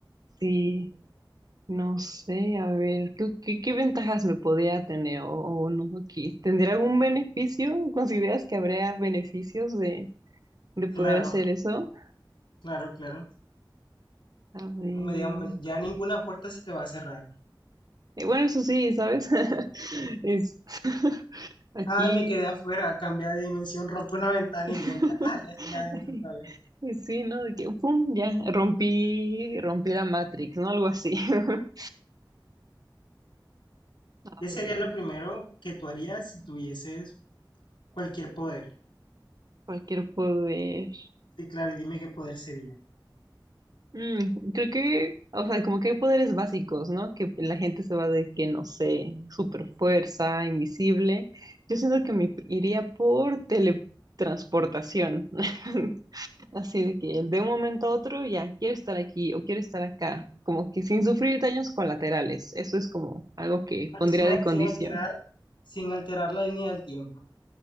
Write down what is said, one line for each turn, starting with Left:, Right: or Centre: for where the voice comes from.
Right: sí, no sé, a ver, ¿qué, qué, qué ventajas me podría tener o, o no aquí? ¿Tendría algún beneficio? ¿Consideras que habría beneficios de, de poder
Left: Claro,
Right: hacer eso?
Left: claro, claro.
Right: A ver.
Left: Como digamos, ya ninguna puerta se te va a cerrar.
Right: Eh, bueno, eso sí, ¿sabes? <laughs> Es, <laughs> aquí,
Left: Ay, me quedé afuera, cambia de dimensión, rompe una ventana
Right: <laughs>
Left: y entra. Ah, ya estoy adentro
Right: ay,
Left: otra vez.
Right: pues sí, ¿no? De que, pum, ya, rompí, rompí la Matrix, ¿no? Algo así. <laughs> A
Left: ¿Qué sería
Right: ver,
Left: lo primero que tú harías si tuvieses cualquier poder?
Right: cualquier poder.
Left: Sí, claro, y dime qué poder sería.
Right: Mm, creo que, o sea, como que hay poderes básicos, ¿no? Que la gente se va de que, no sé, super fuerza, invisible. Yo siento que me iría por teletransportación. <laughs> Así de que de un momento a otro ya quiero estar aquí o quiero estar acá. Como que sin sufrir daños colaterales. Eso es como algo que
Left: Claro,
Right: pondría
Left: sin,
Right: de
Left: al-
Right: condición.
Left: sin alterar, sin alterar la línea del tiempo.